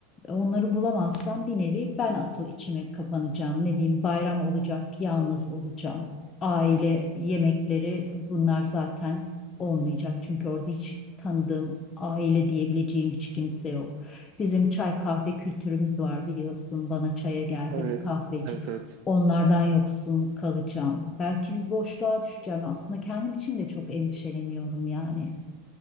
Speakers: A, on the left; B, on the right.
A: Onları bulamazsam bir nevi ben asıl içime kapanacağım. Ne bileyim bayram olacak, yalnız olacağım. Aile yemekleri bunlar zaten olmayacak. Çünkü orada hiç tanıdığım aile diyebileceğim hiç kimse yok. Bizim çay kahve kültürümüz var biliyorsun. Bana çaya gel, hadi
B: Evet.
A: kahve için.
B: Evet evet.
A: Onlardan yoksun kalacağım. Belki bir boşluğa düşeceğim. Aslında kendim için de çok endişeleniyorum yani.